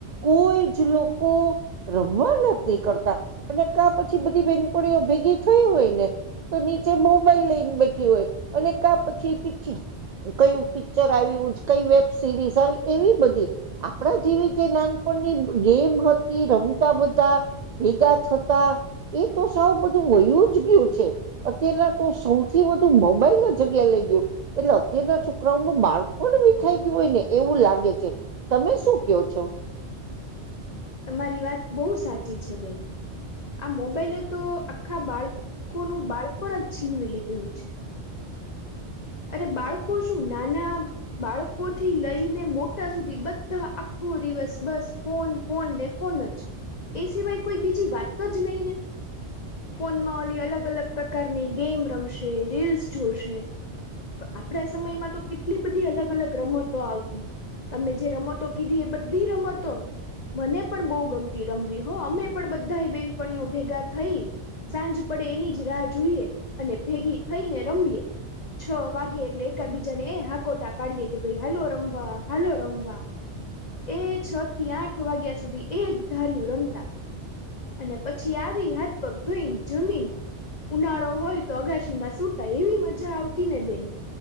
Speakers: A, on the right (about 45°); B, on the left (about 40°).
A: કોઈ જ લોકો રમવાના ન કરતા અને કા પછી બધી બેનપણીઓ ભેગી થયું હોય ને તો નીચે મોબાઈલ લઈને બેઠી હોય અને કા પછી પીછી કયું પિક્ચર આવ્યું કઈ વેબ સિરીઝ આવી એવી બધી આપણા જેવી જે નાન પણ ની ગેમ હતી રમતા બધા ભેગા થતા એ તો સાૌ બધું વયું જ ગયું છે અત્ય્યારેના તો સૌથી વધુ મોબાઈલ ના જગ્યા લઈ ગયું એટલે અત્યારે છોકરાઓ નું માર્ગ પણ વિખાઈ ગયું હોય ને એવું લાગે છે તમે શું કહો છો
B: તમારી વાત બહુ સાચી છે બેન આ મોબાઈલે તો આખા બાળકોનું બાળપ જ છીનવી લીધેલું છે અરે બાળકો શું નાના બાળકોથી લઈને મોટા સુધી બધા આખું આખું દિવસ બસ ફોન ફોન ને ફોન જ એ સિવાય કોઈ બીજી વાત તો જ નહીં ને ફોનમાં ઓલી અલગ અલગ પ્રકારની ગેમ રમશે રીલ્સ જોશે આપડા સમયમાં તો કેટલી બધી અલગ અલગ રમતો આવતી. તમે જે રમતો કીધી એ બધી રમતો મને પણ બહુ ગમતી રમવી હો અમે પણ બધા બેનપણીઓ ભેગા થઈ સાંજ પડે એની જ રાહ જોઈએ અને ભેગી થઈને રમીએ છ વાગે એટલે એક બીજાને હાકોટા પાડીએ કે ભાઈ હલો રમવા હલો રમવા એ છ થી આઠ વાગ્યા સુધી એક ધાર્યું રમતા અને પછી આવી હાથપગ ધોઈ જમીન ઉનાળો હોય તો અગાશીમાં સુતાય એવી મજા આવતી ને બેન